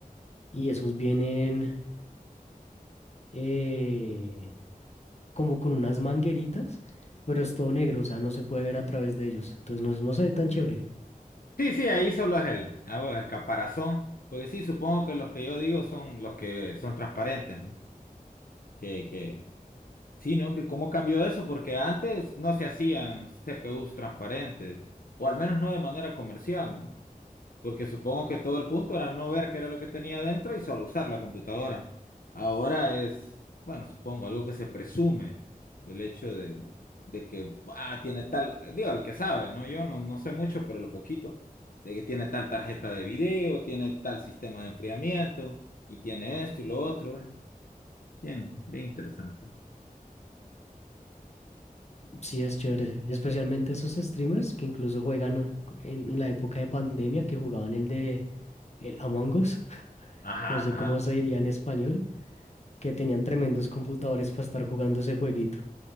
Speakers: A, on the left; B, on the left.
A: Y esos vienen eh, como con unas mangueritas, pero es todo negro, o sea, no se puede ver a través de ellos. Entonces no, es- no se ve tan chévere.
B: Sí, sí, ahí solo es el, ah, huevo, el caparazón. Porque sí, supongo que los que yo digo son los que son transparentes, ¿no? Que, que Sí, ¿no? Que cómo cambió eso, porque antes no se hacían CPUs transparentes, o al menos no de manera comercial, ¿no? Porque supongo que todo el punto era no ver qué era lo que tenía dentro y solo usar la computadora. Ahora es, bueno, supongo, algo que se presume, el hecho de, de que ah, tiene tal, digo, el que sabe, ¿no? Yo no, no sé mucho, pero lo poquito, de que tiene tal tarjeta de video, tiene tal sistema de enfriamiento, y tiene esto y lo otro. ¿eh? Bien, bien interesante.
A: Sí, es chévere. Especialmente esos streamers que incluso juegan en, en la época de pandemia, que jugaban el de el Among Us, <laughs>
B: Ajá,
A: no sé
B: ajá.
A: cómo se diría en español, que tenían tremendos computadores para estar jugando ese jueguito.